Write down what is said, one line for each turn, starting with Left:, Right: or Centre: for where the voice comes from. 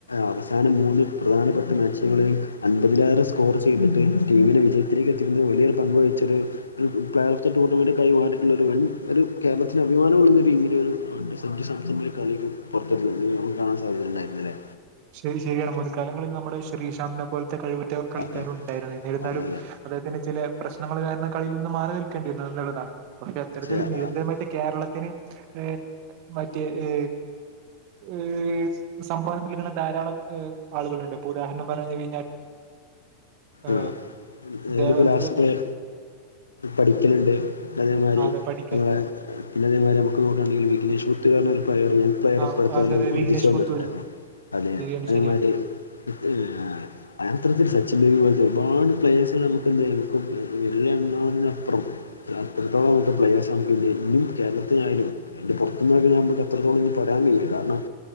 Left: അവസാനം മൂന്ന് പ്രധാനപ്പെട്ട മാച്ചുനുളളിൽ അൻപതിലേറെ സ്കോർ ചെയ്തിട്ട് ടീമിനെ വിജയത്തിലേക്ക് എത്തിക്കുന്ന വലിയൊരു പങ്ക് വഹിച്ചൊരു ഒരു പ്ലർഓഫ് ദ ടൂർണമെന്റ് <unintelligible> മാറിയിട്ടുള്ള ഒരു വൻ ഒരു കേരളത്തിന് അഭിമാനമു ള്ളുന്ന ടീമിലോരു <unintelligible> സഞജു സാംസൺ ഒരു കളി <unintelligible> കാണാൻ സാധ്യതയ ഉണ്ടായിരുന്നല്ലേ
Right: ശെരി ശരിയാണ് മോനെ കാലങ്ങളിൽ നമ്മുടെ ശ്രീശാന്തിനെ പോലത്തെ കഴിവുറ്റ കളിക്കാരും
Left: അതെ
Right: ഉണ്ടായിരുന്നു എന്നിരുന്നാലും
Left: അതെ അതെ
Right: അദ്ദേഹത്തിനിന്റെ ചില പ്രശ്നങ്ങൾ കാരണം കളിയിൽ നിന്ന് മാറി നിൽക്കേണ്ടി വന്നു എന്നുള്ളതാണ് പക്ഷെ അത്തരത്തിൽ
Left: ആ
Right: നിരന്തരമായി
Left: ആ
Right: കേരളത്തിന് ഏ മറ്റേ ഏ ഏ സമ്പനത്തിൽങ്ങനെ ധാരാളംഏഹ ആളുകളുണ്ട് ഇപ്പൊ ഉദാഹരണം പറഞ്ഞു കഴിഞ്ഞാൽ ഏഹ്
Left: ആ <unintelligible>
Right: ദേവത്ത്
Left: ലാസ്റ്റ് ഡേയാ പഠിക്കലുണ്ട് അതേമാരി
Right: അതെ പഠിക്കൽ
Left: നമ്മളെ അന്നേരം വ നമുക്ക്നോക്കമെങ്കിൽ <unintelligible> <unintelligible> വേർപ്പെടുത്തല്ലും
Right: ആ അതെ
Left: <unintelligible>
Right: വിഘ്നേഷ്
Left: വന്നിട്ടുണ്ടായിരുന്നു
Right: പുത്തൂര്
Left: അതെ
Right: ശരിയാണ്
Left: അതേമാതി
Right: ശരിയാണ്
Left: <unintelligible> ഒരുപാട് പ്ലെയേഴ്സ് നമുക്ക എന്തേലും വിരലിൽ എണ്ണആവുന്നതിലപ്പറം അത്രത്തോള നമുക്ക് പ്ലേയാഴ്സ് ആണെങ്കിലും കേരളത്തിനായാലും അതിന്റെ പുറത്തുന്നൊരു നമ്മടെ ഇത്രത്തോളം ഇനി പറയാൻ ഇല്ല കാരണം